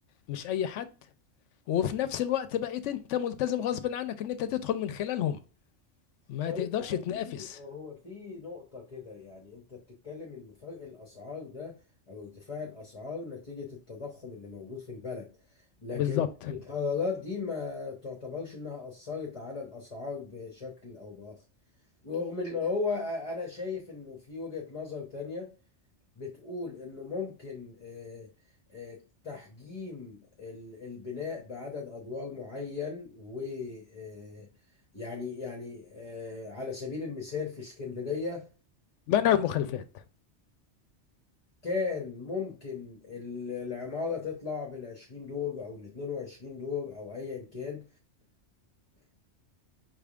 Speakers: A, on the left; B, on the left.
A: مش اي حد وفي نفس الوقت بقيت انت ملتزم غصب عنك ان انت تدخل من خلالهم ما
B: طيب
A: تقدرش
B: هو
A: تنافس
B: في هو في نقطة كده يعني أنت بتتكلم إن فرق الأسعار ده أو ارتفاع الأسعار نتيجة التضخم اللي موجود في البلد لكن
A: بالظبط
B: القرارات دي ما تعتبرش إنها أثرت على الأسعار بشكل أو بآخر رغم إن هو أنا شايف إنه في وجهة نظر تانية بتقول انه ممكن آه، آه، تحجيم ال- البناء بعدد ادوار معين و آه، يعني يعني آه، على سبيل المثال في اسكندرية
A: منع المخالفات
B: كان ممكن ال- العمارة تطلع بالعشرين دور أو الاتنين وعشرين دور أو أيا كان